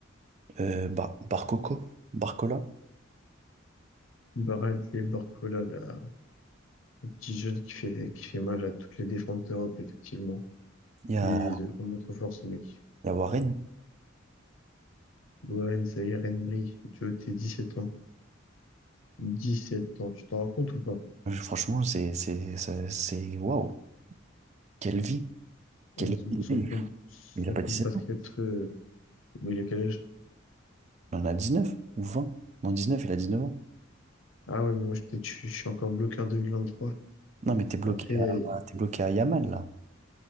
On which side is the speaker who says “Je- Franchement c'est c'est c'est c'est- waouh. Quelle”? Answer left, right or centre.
Right